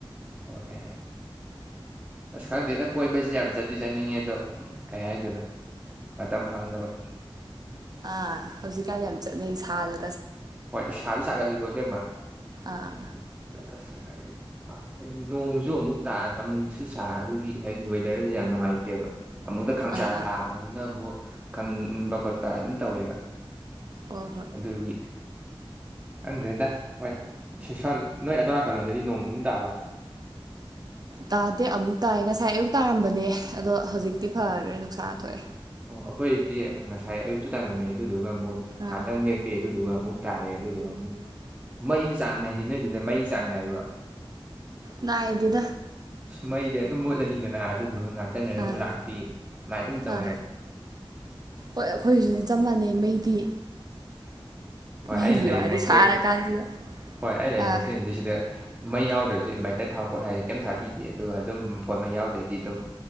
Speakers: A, on the right (about 15°); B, on the right (about 45°).
A: ꯑꯣ ꯌꯥꯏ ꯑꯁ ꯈꯪꯗꯦꯗ ꯀꯣꯏꯕꯁꯤ ꯌꯥꯝ ꯆꯠꯇꯤ ꯆꯠꯅꯤꯡꯉꯦ ꯑꯗꯣ ꯀꯩ ꯍꯥꯏꯗꯣꯏꯅꯣ ꯃꯇꯝ ꯐꯪꯗꯕ
B: ꯑꯥ ꯍꯧꯖꯤꯛꯀꯥꯟꯗꯤ ꯌꯥꯝ ꯆꯠꯅꯩ ꯁꯥꯗ
A: ꯍꯣꯏ ꯁꯥꯁꯨ ꯁꯥꯒꯠꯂꯤꯀꯣ ꯁꯦꯝꯕ
B: ꯑꯥ
A: ꯑꯁ ꯍꯥꯏ ꯍꯥꯏꯗꯤ ꯅꯣꯡꯁꯨ ꯑꯃꯨꯛ ꯑꯃꯨꯛꯁꯨ ꯁꯥ ꯑꯗꯨꯒꯤ ꯍꯥꯏꯗꯤ ꯋꯦꯗꯔꯗꯤ ꯌꯥꯝ ꯅꯨꯡꯉꯥꯏꯇꯦꯕ ꯑꯃꯨꯛꯇ ꯈꯪꯁꯥ
B: ꯑꯥ ꯑꯥ
A: ꯁꯥ ꯑꯃꯨꯛꯅ ꯑꯃꯨꯛ ꯈꯪꯅꯤꯡ ꯏꯪꯕ ꯈꯣꯠꯄ ꯑꯗꯨꯝ ꯇꯧꯋꯦꯕ
B: ꯍꯣꯏ ꯍꯣꯏ
A: ꯑꯗꯨꯒꯤ ꯍꯪꯗ꯭ꯔꯦꯗ ꯍꯣꯏ ꯁꯤꯁꯣꯟ ꯅꯣꯏ ꯑꯗꯋꯥꯔꯀꯜꯂꯣꯟꯗꯗꯤ ꯅꯣꯡꯃ ꯑꯗꯨꯝ ꯇꯥꯕ꯭ꯔꯥ
B: ꯇꯥꯗꯦ ꯑꯃꯨꯛ ꯇꯥꯏ ꯉꯁꯥꯏ ꯑꯌꯨꯛ ꯇꯥꯔꯝꯕꯅꯦ ꯑꯗꯣ ꯍꯧꯖꯤꯛꯇꯤ ꯐꯈ꯭ꯔꯦ ꯅꯨꯡꯁꯥ ꯊꯣꯛꯑꯦ
A: ꯑꯣ ꯑꯩꯈꯣꯏꯗꯤ ꯉꯁꯥꯏ ꯑꯌꯨꯛꯇꯁꯨ ꯇꯥꯔꯝꯃꯦ ꯑꯗꯨ ꯗꯨꯒꯣ
B: ꯑꯥ
A: ꯑꯇꯪꯅꯤꯠꯇꯦꯗꯨꯗꯨꯒꯝ ꯑꯃꯨꯛ ꯇꯥꯔꯦ ꯑꯗꯨꯗꯨꯅ ꯑꯃꯨꯛ ꯃꯩꯁꯨ ꯆꯥꯡ ꯅꯥꯏꯗꯦ ꯅꯣꯏꯗꯨꯗ ꯃꯩ ꯆꯥꯡ ꯅꯥꯏꯕ꯭ꯔꯥ
B: ꯉꯏꯗꯨꯗ
A: ꯃꯩꯖ ꯑꯗꯨꯝ ꯃꯣꯠꯂꯅꯤꯗꯅ ꯑꯗꯨꯗꯨꯒ ꯉꯥꯛꯇꯪꯅꯔ ꯑꯃꯨꯛ
B: ꯑꯥ
A: ꯂꯥꯛꯄꯤ ꯑꯗꯨꯃꯥꯏꯅ ꯑꯗꯨꯝ ꯇꯧꯋꯦꯕ
B: ꯑꯥ ꯍꯣꯏ ꯑꯩꯈꯣꯏꯁꯨꯗꯤ ꯆꯞ ꯃꯥꯟꯅꯩ ꯃꯩꯗꯤ
A: ꯁꯤ ꯍꯣꯏ ꯑꯩꯅ
B: ꯃꯩꯒꯤ
A: ꯂꯩꯕ
B: ꯋꯥꯗꯤ
A: ꯍꯣꯁꯇꯦꯜ
B: ꯁꯥꯔ ꯀꯥꯟꯁꯤꯗ
A: ꯍꯣꯏ ꯑꯩꯅ ꯂꯩꯕ
B: ꯑꯥ
A: ꯍꯣꯁꯇꯦꯜꯁꯦ ꯁꯤꯗ ꯃꯩ ꯌꯥꯎꯗ꯭ꯔꯁꯨ ꯏꯟꯚꯥꯏꯇꯔ ꯊꯥꯎ ꯈꯣꯠꯂ ꯍꯥꯏꯗꯤꯦ ꯀꯩꯝ ꯊꯥꯕꯤꯗꯦ ꯑꯗꯨꯒ ꯑꯗꯨꯝ ꯐꯣꯟ ꯃꯩ ꯌꯥꯎꯗ꯭ꯔꯗꯤ ꯑꯗꯨꯝ